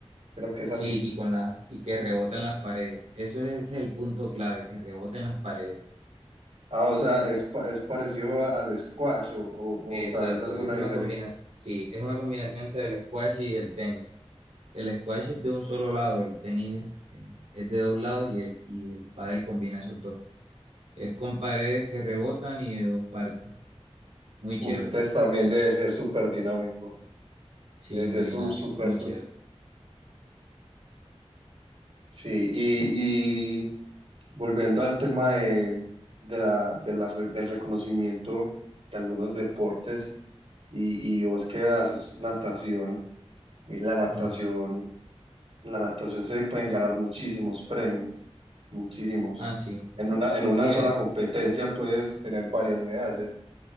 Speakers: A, on the right; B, on the right.
A: Creo que es
B: Sí,
A: así.
B: y con la, y que rebotan las paredes. Eso es, ese es el punto clave, que reboten las paredes.
A: Ah, o sea, es, pa- es parecido a- al squash o, o
B: Exacto,
A: o, sabes alguna
B: es una
A: diferencia.
B: combinación, sí, es una combinación entre el squash y el tenis. El squash es de un solo lado, el tenis eh, es de dos lados y el, y el pádel combina esos dos. Es con paredes que rebotan y de dos partes. Muy chévere.
A: Uf, entonces también debe ser súper dinámico,
B: Sí,
A: debe
B: es muy
A: ser su-
B: dinámico,
A: súper,
B: es muy
A: su-
B: chévere.
A: sí, y, y volviendo al tema de, de la, de la re- del reconocimiento de algunos deportes, y, y vos que haces natación, y la natación,
B: Ujú.
A: la natación se pueden ganar muchísimos premios, muchísimos.
B: Ah, sí,
A: En una, en una
B: sí,
A: sola
B: eh,
A: competencia puedes tener varias medallas.